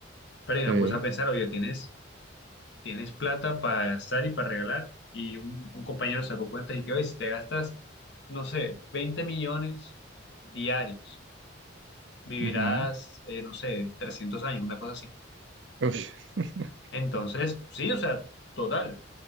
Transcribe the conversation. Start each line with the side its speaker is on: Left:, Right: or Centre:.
Left: Pero yo
Right: Sí.
Left: me puse a pensar, oye, tienes tienes plata para gastar y para regalar, y un, un compañero sacó cuentas y que, oye, si te gastas, no sé, 20 millones diarios, vivirás,
Right: ujú.
Left: eh, no sé, 300 años, una cosa así.
Right: Uy. <laughs>
Left: Entonces, sí, o sea, total,